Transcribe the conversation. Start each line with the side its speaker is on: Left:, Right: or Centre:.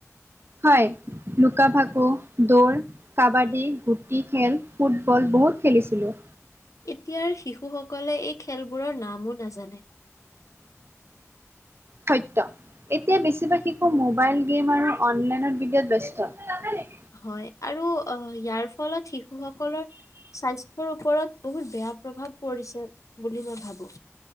Right: হয় লুকা ভাকু, দৌৰ কাবাডী, হুকি খেল, ফুটবল বহুত খেলিছিলো।
Left: এতিয়াৰ শিশু সকলে এই খেলবোৰৰ নামো নাজানে।
Right: সত্য এতিয়া বেছিভাগ শিশু মোবাইল গেম আৰু অনলাইনত ভিডিও ত ব্যস্ত
Left: হয় আৰু আহ ইয়াৰ ফলত শিশুসকলৰ স্বাস্থ্যৰ ওপৰত বহুত বেয়া প্ৰভাৱ পৰিছে বুলি মই ভাবো